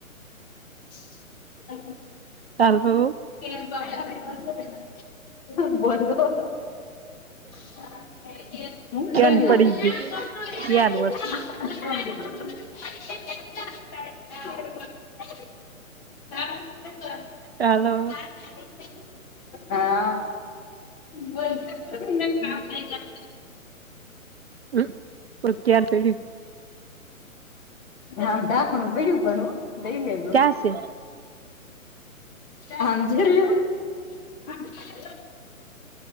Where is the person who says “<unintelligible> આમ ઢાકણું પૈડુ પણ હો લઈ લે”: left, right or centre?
Left